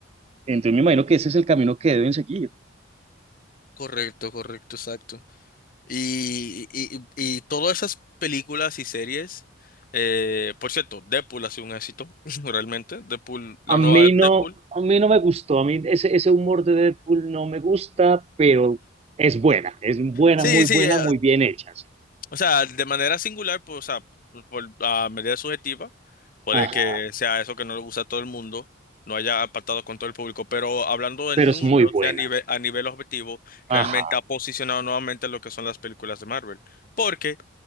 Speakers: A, on the right (about 30°); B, on the left (about 45°).
A: entonces me imagino que ese es el camino que deben seguir.
B: Correcto, correcto, exacto. Y, y, y- y todas esas películas y series, eh, por cierto, Deadpool ha sido un éxito, <laughs> realmente. Deadpool, la
A: A mí
B: nueva
A: no,
B: Deadpool.
A: a mí no me gustó, a mí ese, ese humor de Deadpool no me gusta, pero es buena, es buena,
B: Sí,
A: muy buena,
B: sí, eh,
A: muy bien hecha, sí.
B: O sea, de manera singular, pues, o sea, por, a medida subjetiva, puede
A: Ajá,
B: que sea eso que no le gusta a todo el mundo, no haya apartado con todo el público, pero hablando
A: pero
B: en
A: es
B: números,
A: muy buena.
B: sea a nivel, a nivel objetivo,
A: Ajá,
B: realmente ha posicionado nuevamente lo que son las películas de Marvel. Porque